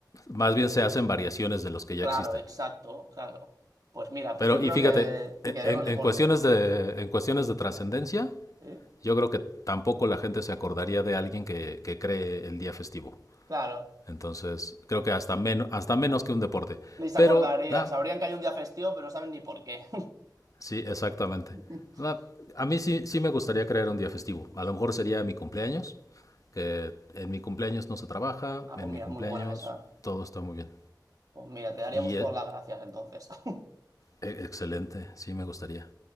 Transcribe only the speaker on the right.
Claro,
exacto, claro. Pues mira, pues
yo creo
que me
quedaría
con el deporte,
¿eh?
Sí,
Claro,
ni se
acordarían.
Sabrían que hay un día festivo, pero no saben ni por qué.
<laughs>
Ah, pues
mira,
muy buena esa.
Pues mira, te daríamos
todas las gracias entonces. <laughs>